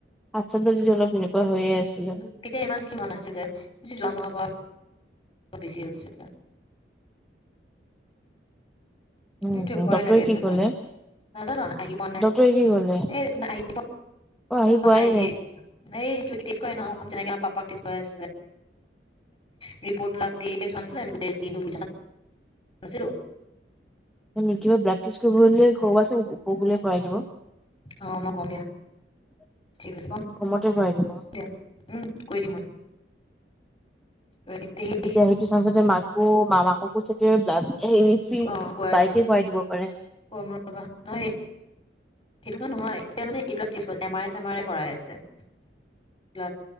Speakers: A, in the centre; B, on the left.
A: হাত চাত যদি অলপ সেনেকুৱা হৈয়ে আছিলে
B: তেতিয়া ইমান কি হোৱা নাছিলে যোৱা মাহৰ পৰা বেছি হৈছিলে
A: উম
B: সেইটো ভয়
A: ডক্তৰে
B: লাগে
A: কি
B: বেমাৰ
A: ক'লে
B: নাজানো আহি পোৱা নাই
A: ডক্তৰে কি ক'লে
B: এই আহি প
A: অ আহি পোৱাই
B: নাই হ এই এনেকে পিছুৱাই ন' যেনেকে আমাৰ পাপাক পিছুৱাই আছিলে ৰিপৰ্ট বিলাক দি চোৱা নাছিলে দিনটো শুই থকা কোৱা নাছিলো
A: হয় নেকী কিবা ব্লাড টেষ্ট প্ৰাকটছ কৰিব হলে কৰোৱা চোন
B: অ
A: অঁ
B: মই কম দিয়া
A: বোলে কৰাই দিব
B: ঠিক
A: কমতে
B: আছে কম
A: কৰাই দিম
B: দিয়া উম কৈ দিম মই। কৈ দিম তে সেই
A: তেতিয়া সেইটো চাঞ্চতে মাক কো মামাককো মোৰ চাগে দাঁত এই ফ্ৰীত
B: অ কৰাই
A: বাইকে
B: দিম
A: কৰাই দিব পাৰে।
B: কম ৰবা নহয় সেই- সেইটো ক নহয় এতিয়া মানে এইবিলাক কিছুমান M R A same R এ কৰাই আছে এইবিলাক